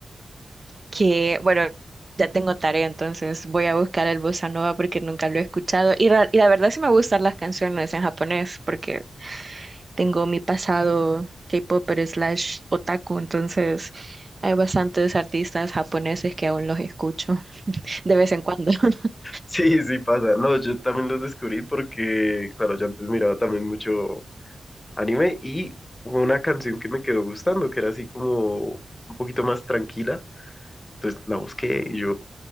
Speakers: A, on the right; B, on the left.
A: Que bueno, ya tengo tarea, entonces voy a buscar el bossa nova porque nunca lo he escuchado y, ra- y la verdad sí me gustan las canciones en japonés porque tengo mi pasado K-popper slash otaku, entonces hay bastantes artistas japoneses que aún los escucho <laughs> de vez en cuando. <laughs>
B: Sí, sí pasa. No, yo también los descubrí porque, claro, yo antes miraba también mucho anime y hubo una canción que me quedó gustando, que era así como un poquito más tranquila. Entonces la busqué y yo,